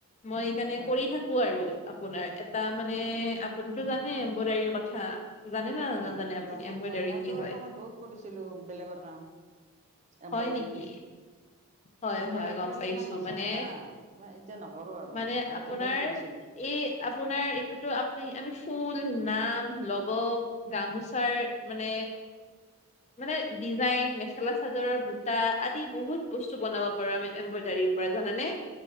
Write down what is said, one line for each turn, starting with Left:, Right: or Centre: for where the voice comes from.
Left: মই সেইকাৰণে
Right: অ
Left: কৰি থাকো আৰু আপোনাৰ এটা মানে, আপুনিতো জানে এম্ব্ৰইডাৰীৰ কথা জানে না নাজানে
Right: অ', -জানো
Left: আপুনি এম্ব্ৰইডাৰী
Right: মই মইতো
Left: কি হয়?
Right: এসময়ত বহুত কৰিছিলোঁ বেলেগত কাম, এম্ব্ৰইডাৰী
Left: হয় নেকি? হয়,
Right: এতিয়া
Left: হয়
Right: আজিকালি
Left: গম পাইছোঁ
Right: ইমান নচলে
Left: মানে
Right: না, মই এতিয়া নকৰোঁ আৰু
Left: মানে
Right: আগতে
Left: আপোনাৰ
Right: বহুত কৰিছিলোঁ
Left: এই আপোনাৰ এইটোতো আপুনি, আমি ফুল, নাম, লোগো, গামোচাৰ মানে মানে ডিজাইন, ‌মেখেলা চাদৰৰ বুটা আদি বহুত বস্তু বনাব পাৰো আমি এম্ব্ৰইডাৰীৰ পৰা জানে!